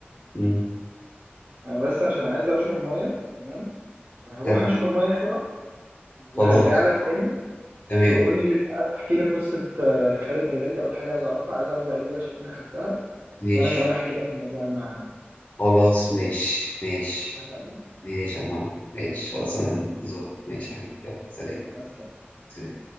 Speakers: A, on the left; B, on the right.
A: مم.
B: انا بس عشان عايز اشرب مية تمام فهروح
A: تمام
B: اشرب مية بسرعة وهرجع
A: خلاص
B: لك تاني
A: تمام
B: تقول لي بقى تحكي لي قصة آه، خالد جلال دي أول حاجة عايز أعرفها عايز أعرف بقى الورش اللي أنت خدتها
A: ماشي
B: وأنا كمان أحكي لك عن موضوع المعهد ده
A: خلاص ماشي ماشي
B: اتفقنا؟
A: ماشي يا محمد ماشي خلاص انا
B: يلا
A: منتظرك ماشي يا حبيبي يلا سلام
B: مع السلامة.
A: سلام